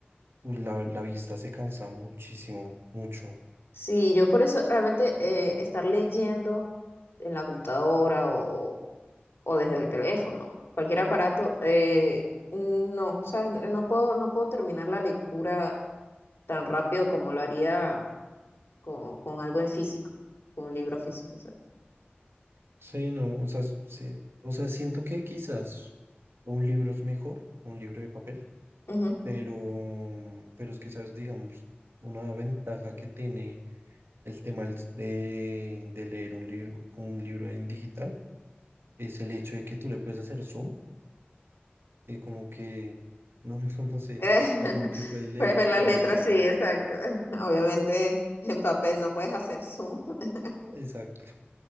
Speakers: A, on the right; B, on the left.
A: pues la, la vista se cansa muchísimo, mucho.
B: Sí, yo por eso realmente eh, estar leyendo en la computadora o, o- o desde el teléfono, cualquier aparato, eh, no, o sea, no puedo, no puedo terminar la lectura tan rápido como lo haría con, con algo en físico, con un libro físico. ¿sabes?
A: Sí, no, o sea, se- o sea, siento que quizás un libro es mejor, un libro de papel,
B: Ujú.
A: pero, pero es que, sabes, digamos, una ventaja que tiene El tema del- de, de leer un libro, un libro en digital es el hecho de que tú le puedes hacer zoom y como que, no, <laughs> no, no sé,
B: <laughs>
A: o sea, como que puedes leer
B: Puedes
A: un
B: ver
A: poco
B: las letras,
A: más claro.
B: sí, exacto. <laughs> Obviamente en papel no puedes hacer zoom. <laughs>
A: Exacto. <laughs>